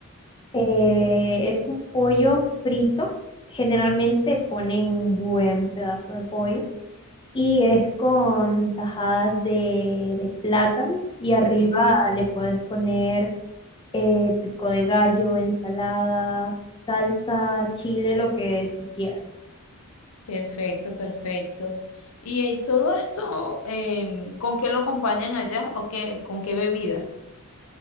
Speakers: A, on the left; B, on the left.
A: Eh, es un pollo frito. Generalmente ponen un buen pedazo de pollo. y es con tajadas de, de plátano y
B: Ok,
A: arriba le puedes poner eh, pico de gallo, ensalada, salsa, chile, lo que tú quieras.
B: Perfecto, perfecto. Y eh, todo esto, em, ¿con qué lo acompañan allá o qué, con qué bebida?